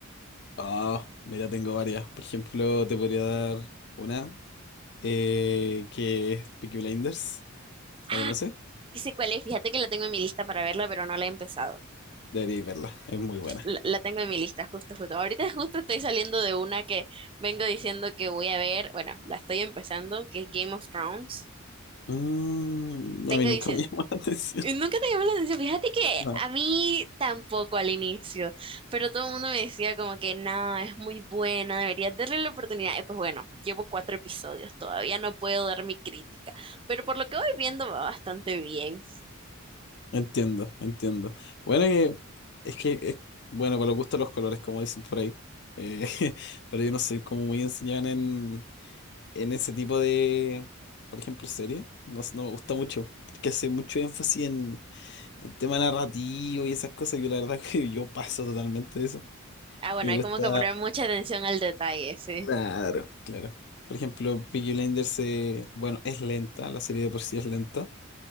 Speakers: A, on the left; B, on the right.
A: Ah, mira, tengo varias. Por ejemplo, te podría dar una eh, que es Peaky Blinders. ¿La
B: Ah,
A: conoces?
B: sí sé cuál es, fíjate que la tengo en mi lista para verla, pero no la he empezado.
A: Deberías verla, es muy buena.
B: La, la tengo en mi lista, justo, justo. Ahorita <laughs> justo estoy saliendo de una que vengo diciendo que voy a ver, bueno, la estoy empezando, que es Game of Thrones.
A: Mm,
B: Tengo
A: a mí nunca
B: diciendo,
A: me llamó <laughs> la atención.
B: nunca te llamó la atención, fíjate que
A: No.
B: a mí tampoco al inicio, pero todo el mundo me decía como que no, es muy buena, deberías darle la oportunidad. Y pues bueno, llevo cuatro episodios, todavía no puedo dar mi crítica, pero por lo que voy viendo va bastante bien.
A: Entiendo, entiendo. Bueno, que- es que, es, bueno, para los gustos los colores, como dicen por ahí. Eh, <laughs> pero yo no soy como muy enseñado en, en ese tipo de, por ejemplo, serie. No, sé, no me gusta mucho, porque hace mucho énfasis en El tema narrativo y esas cosas, yo la verdad <laughs> que yo paso totalmente de eso.
B: Ah, bueno,
A: Y me
B: hay
A: gusta.
B: como que poner mucha atención al detalle, sí.
A: Claro, claro. Por ejemplo, Peaky Blinders se, bueno, es lenta, la serie de por sí es lenta,